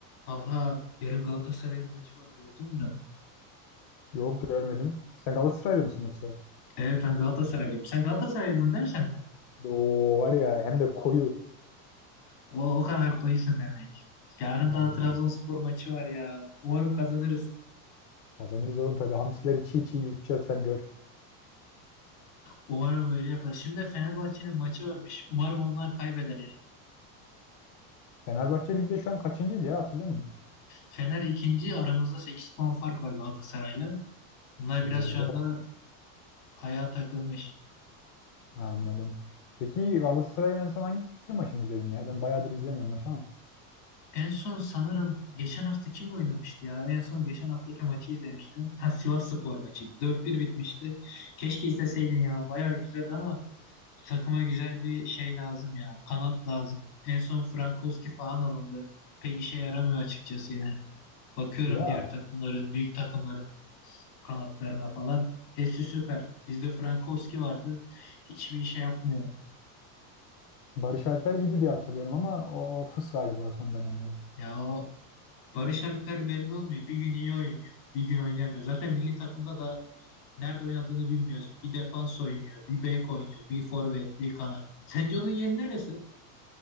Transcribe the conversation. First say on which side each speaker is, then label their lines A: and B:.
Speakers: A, on the left (about 75°); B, on the left (about 50°).
A: Talha yarın Galatasaray'ın maçı var gördün mü?
B: Yok görmedim. Sen Galatasaraylı mısın yoksa?
A: Evet ben Galatasaraylıyım. Sen Galatasaraylıydın değil mi sen de?
B: Oo var ya hem de koyu.
A: O, o kadar koyusun demek. Yarın
B: Aynen.
A: da Trabzonspor maçı var ya. Umarım kazanırız.
B: Kazanırız oğlum tabii. Hamsileri çiğ çiğ yutacağız sen gör.
A: Umarım öyle yaparız. Şimdi de Fenerbahçe'nin maçı varmış. Umarım onlar kaybeder ya.
B: Fenerbahçe Lig'de şu an kaçıncıydı ya hatırlıyor musun?
A: Fener ikinci aramızda 8 puan fark var Galatasaray'la. Bunlar
B: Oo
A: biraz şu anda ayağa takılmış.
B: anladım. Peki Galatasaray'ın en son hangi maçını izledin ya? Ben bayağıdır izlemiyorum maç ama.
A: En son sanırım geçen hafta kimle oynamıştı ya? En son geçen haftaki maçı izlemiştim. Ha, Sivasspor maçıydı. 4-1 bitmişti. Keşke izleseydin ya. Bayağı güzeldi ama bu takıma güzel bir şey lazım ya. Kanat lazım. En son Frankowski falan alındı. Pek işe yaramıyor açıkçası yani. Bakıyorum
B: Ya
A: diğer takımların, büyük takımların kanatlarına falan. Hepsi süper. Bizde Frankowski vardı. Hiçbir şey yapmıyor.
B: Barış Alper iyiydi diye hatırlıyorum ama o fıs galiba son dönemleri.
A: Ya o Barış Alper belli olmuyor. Bir gün iyi oynuyor, bir gün oynamıyor. Zaten milli takımda da nerede oynadığını bilmiyoruz. Bir defans oynuyor, bir bek oynuyor, bir forvet, bir kanat. Sence onun yeri neresi?